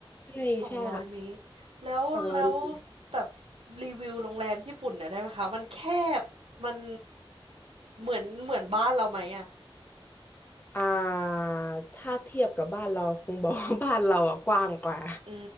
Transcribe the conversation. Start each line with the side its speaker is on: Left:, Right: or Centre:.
Left: ใช่ใช่ค่ะ
Right: สองร้อยเมตรแล้วแล้ว
Left: สองร้อยเมตร
Right: แบบรีวิวโรงแรมญี่ปุ่นหน่อยได้ไหมคะ มันแคบ มันเหมือนเหมือนบ้านเราไหมอะ
Left: อ่าถ้าเทียบกับบ้านเราคง <laughs> บอกว่าบ้านเราอะกว้างกว่า
Right: อื